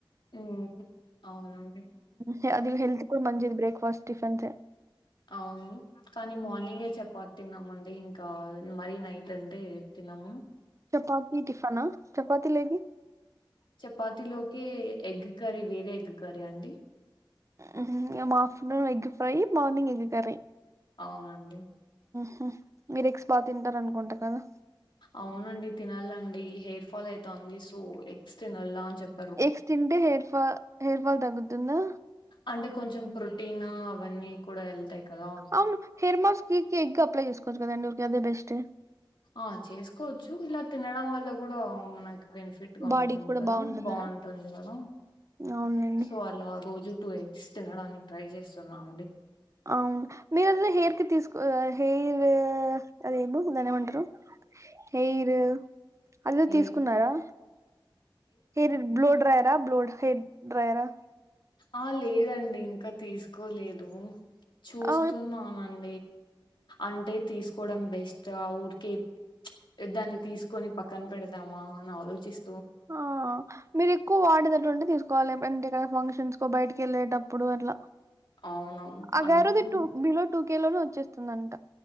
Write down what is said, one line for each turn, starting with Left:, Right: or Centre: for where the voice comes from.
Left: ఉమ్ అవునండి
Right: హ అది హెల్త్ కూడా మంజిది బ్రేక్ఫాస్ట్ టిఫిన్సే
Left: అవును కానీ మార్నింగే చపాతి తిన్నామండి ఇంకా మరీ నైట్ అంటే తినము
Right: చపాతి టిఫన చపాతి లేకి
Left: చపాతిలోకి ఎగ్ కర్రీ వేరే ఎగ్ కర్రీ అండి
Right: ఉహు afternoon egg fry morning egg curry
Left: అవునండి
Right: హ మీరు ఎక్స్ బాగ తింటారు అనుకుంట కదా
Left: అవునండి తినాలండి హెయిర్ ఫాల్ అయితాంది సో ఎగ్స్ తినల్ల అని చెప్
Right: ఎగ్స్ తింటే హెయిర్ ఫాల్ హెయిర్ ఫాల్ తగ్గుతుందా
Left: అంటే కొంచెం ప్రొటీను అవన్నీ కూడా వెళ్తాయి కదా
Right: అవును హెర్ మాస్ కి ఎగ్ అప్లై చేసుకోవచ్చు కదండి ఊరికే అదే బెస్ట్
Left: ఆ చేసుకోవచ్చు ఇలా తినడం వల్ల కూడా మనకి బెనిఫిట్ గా
Right: బాడీకి
Left: ఉంటుంది
Right: కూడా
Left: కదా
Right: బాగుంటుందనా
Left: బాగుంటుంది కదా
Right: అవునండి
Left: సో అలా రోజు టూ ఎగ్స్ తినడానికి ట్రై చేస్తున్నాను
Right: అవును మీరుద హెయిర్ కి తీసుకో హెయిర్ అదేమో దాని ఏమంటరు హెయిరూ ఆది
Left: హెయిర్
Right: తీసుకున్నారా హెయిర్ బ్లో డ్రయరా బ్లో హెయిర్ డ్రయరా
Left: ఆ లేదండి ఇంకా తీసుకోలేదు చూస్తున్నానం
Right: ఆ
Left: అంటే తీసుకోడం బెస్ట్ ఆ ఊరికె దాన్ని తీసుకొని పక్కన పెడదామా అని ఆలోచిస్
Right: ఆ మీరు ఎక్కువ వాడేటట్లు ఉంటే తీసుకోవాలి అంటే ఫంక్షన్స్ కో బయటికి వెళ్ళేటప్పుడు అట్ల
Left: అవునవును
Right: ఆ
Left: అందుకు
Right: గారది టూ బిలో టూకె లోనే వచ్చేస్తుందంట